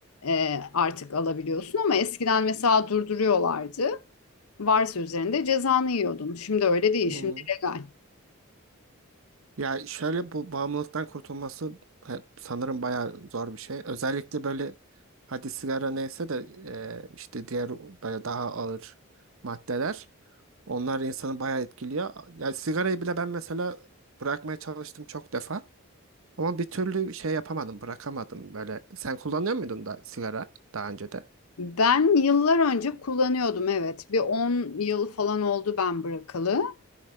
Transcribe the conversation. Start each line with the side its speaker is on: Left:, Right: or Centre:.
Left: e, artık alabiliyorsun ama eskiden mesela durduruyorlardı. Varsa üzerinde cezanı yiyordun. Şimdi öyle değil,
Right: hı.
Left: şimdi legal.
Right: Ya şöyle bu bağımlılıktan kurtulması e, sanırım bayağı zor bir şey. Özellikle böyle hadi sigara neyse de e, işte diğer böyle daha ağır maddeler onlar insanı bayağı etkiliyor. Yani sigarayı bile ben mesela bırakmaya çalıştım çok defa ama bir türlü şey yapamadım, bırakamadım böyle. Sen kullanıyor muydun da sigara daha önce de?
Left: Ben yıllar önce kullanıyordum evet. Bir 10 yıl falan oldu ben bırakalı.